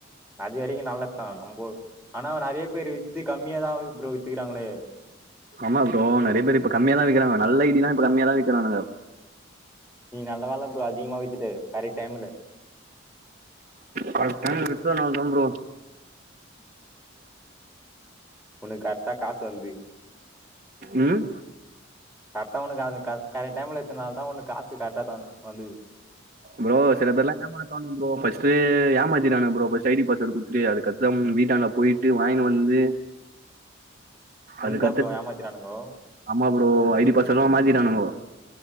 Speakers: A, in the centre; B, on the right.
A: அது வரைக்கு நல்லத்தா நம்போ ஆனா நறைய பேர் வித் து கம்மியாதா ப்ரோ வித்துக்கிறாங்களே
B: ஆமா ப்ரோ நறைய பேர் இப்ப கம்மியாதா விக்கிறாங்க நல்ல ஐடி லா இப்ப கம்மியாதா விக்கிறானுங்க
A: நீ நல்ல வேல ப்ரோ அதிகமா வித்துட்ட கரெக்ட் டைம்ல
B: கரெக்ட் டைம்ல வித்ததுனாலதா ப்ரோ
A: உனக்கு கரெக்ட்டா காசு வந்து
B: ம்
A: கரெக்டா ஒனக்கு அது கரெக்ட் டைம்ல இத்தன நாள்தான் ஒனக்கு காசு கரெக்டாக தான் வது
B: ப்ரோ சிலபேர்லாம் என்ன மாட்டாங்க ப்ரோ ஃபர்ஸ்ட்டு ஏமாத்திடாங்க ப்ரோ ஃபர்ஸ்ட்டு ஐடி பாஸ்வேர்டு குடு அதுக்கத்தம் வீட்டாண்ட போயிட்டு வாங்கினு வந்து
A: உன்தா
B: அதுக்கத்து
A: ப்ரோ ஏமாத்திறானுங்கோ
B: ஆமா ப்ரோ ஐடி பாஸ்வோர்டலா மாத்திடானுங்கோ